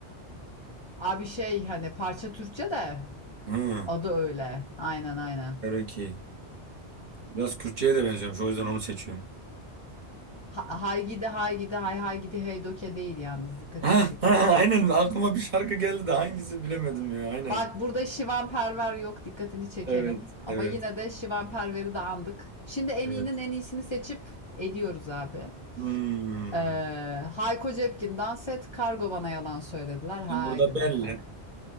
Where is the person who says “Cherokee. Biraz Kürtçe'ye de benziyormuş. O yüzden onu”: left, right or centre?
Right